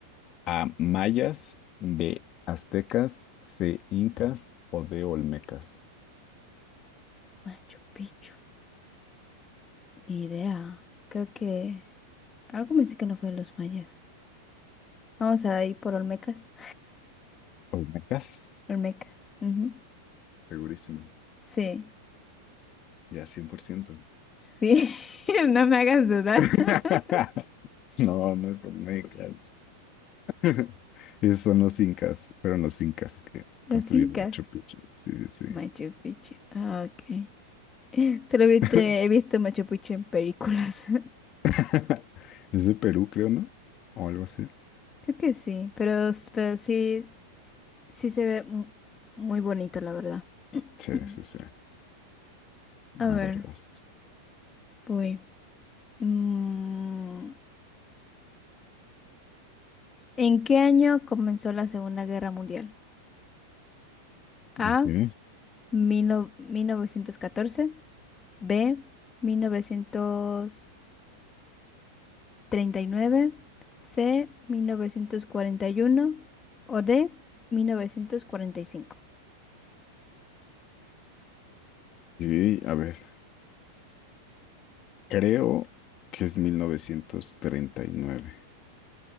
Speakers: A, on the left; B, on the left.
A: A, mayas, B, aztecas, C, incas o D, olmecas.
B: Machu Picchu, ni idea. Creo que algo me dice que no fue de los mayas. Vamos a ir por Olmecas.
A: ¿Olmecas?
B: <laughs> Olmecas. ujú.
A: Segurísimo,
B: Sí.
A: ya cien por ciento
B: Sí, <laughs> no me hagas dudar.
A: <laughs>
B: <laughs>
A: No, no es olmeca. <laughs> Esos son los incas, fueron los incas que
B: Los
A: construyeron
B: incas,
A: Machu Picchu. Sí, sí,
B: Machu Picchu. Ah, ok. <laughs> Solo vi- te-
A: sí.
B: he
A: <laughs>
B: visto Machu Picchu en películas. <laughs>
A: <laughs> Es de Perú, creo, ¿no? O algo así.
B: Creo que sí, pero, s- pero sí, sí se ve mu- muy bonito, la verdad. <clears throat>
A: Sí, sí, sí.
B: A ver,
A: A ver, vas.
B: voy. Mm, ¿en qué año comenzó la Segunda Guerra Mundial?
A: Ok.
B: A. mil no- 1914. B. mil novecientos treinta y nueve C, mil novecientos cuarenta y uno o D, mil novecientos cuarenta y cinco
A: Y, a ver, creo que es 1939